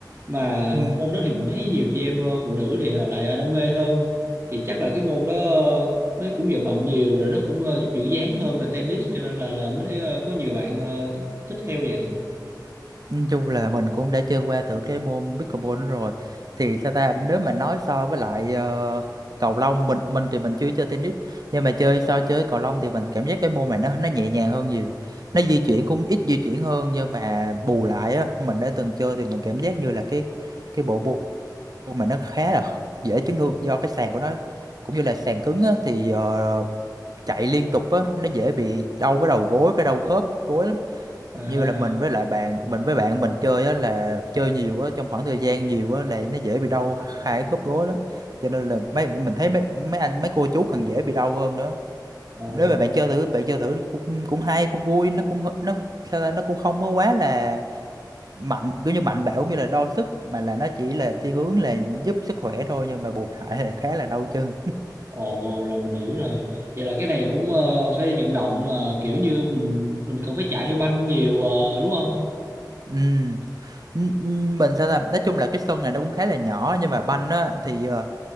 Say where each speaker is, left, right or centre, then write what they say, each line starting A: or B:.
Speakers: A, on the right (about 35°); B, on the right (about 60°).
A: mà
B: Ừ,
A: môn đó thì mình thấy nhiều chị em ờ, phụ nữ thì ờ, lại ờ, đam mê hơn thì chắc là cái môn đó ờ, nó cũng vận động nhiều rồi nó cũng ờ, giúp giữ dáng hơn là tennis cho nên là là mới thấy ờ, có nhiều bạn ờ, thích, thích theo vậy
B: Nói chung là mình cũng đã chơi qua thử cái môn pickleball đó rồi thì sao ta nếu mà nói so với lại ờ, cầu lông mình mình thì mình chưa chơi tennis nhưng mà chơi so chơi cầu lông thì mình cảm giác cái môn này nó nó nhẹ nhàng hơn nhiều nó di chuyển cũng ít di chuyển hơn nhưng mà bù lại á mình đã từng chơi thì mình cảm giác như là cái cái bộ môn mà nó khá là dễ chấn thương do cái sàn của nó cũng như là sàn cứng á thì ờ, chạy liên tục á nó dễ bị đau cái đầu gối và đau khớp gối lắm
A: à,
B: như là mình với lại bạn mình với bạn mình chơi á là chơi nhiều á trong khoảng thời gian nhiều á là nó dễ bị đau hai khớp gối lắm cho nên là mấy mình thấy mấy mấy anh mấy cô chú còn dễ bị đau hơn nữa
A: à
B: nếu
A: là
B: mà bạn chơi thử bạn chơi thử cũng cũng hay cũng vui nó cũng hơ- nó sao ta, nó cũng không có quá là mạnh kiểu như mạnh bạo cũng như là đo sức mà là nó chỉ là thiên hướng là giúp sức khỏe thôi nhưng mà bù lại là khá là đau chân
A: ồ rồi mình hiểu rồi vậy là cái này cũng ờ, phải vận động mà kiểu như mình mình cần phải chạy theo banh nhiều ờ, đúng không
B: ừ N- n- mình sao ta nói chung là cái sân này nó cũng khá là nhỏ nhưng mà banh á thì ờ,